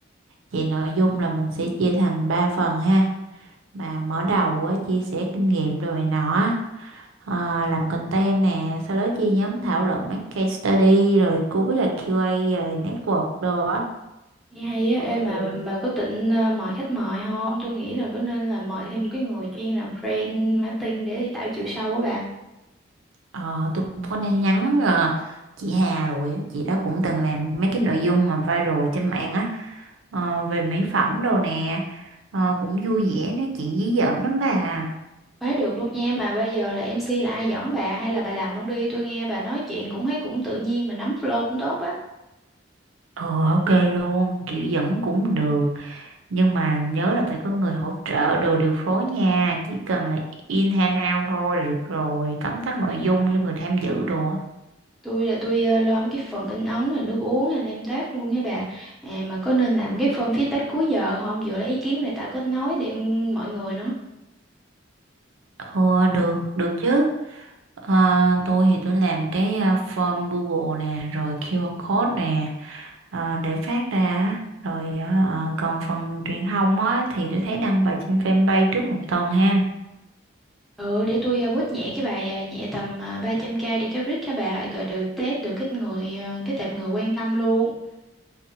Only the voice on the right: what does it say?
Vậy nội dung là mình sẽ chia thành 3 phần ha. mà mở đầu á, chia sẻ kinh nghiệm rồi nọ ờ, làm content nè sau đó chia nhóm thảo luận mấy case study rồi cuối là QA rồi network đồ á
cũng
được
ờ, tôi cũng có nên nhắn ờ, chị Hà rồi á chị đó cũng từng làm mấy cái nội dung mà viral trên mạng á ờ, về mỹ phẩm đồ nè ờ, cũng vui vẻ nói chuyện dí dỏm lắm bà
ờ ok luôn kiểu dẫn cũng được nhưng mà nhớ là phải có người hỗ trợ đồ điều phối nha chỉ cần là in hand out thôi là được rồi tóm tắt nội dung cho người tham dự đồ á.
Ờ, được được chứ Ờ, tôi thì tôi làm cái ờ, form Google nè rồi QR code nè ờ, để phát ra á. rồi ờ, còn phần truyền thông á thì tôi thấy đăng bài trên fanpage trước một tuần ha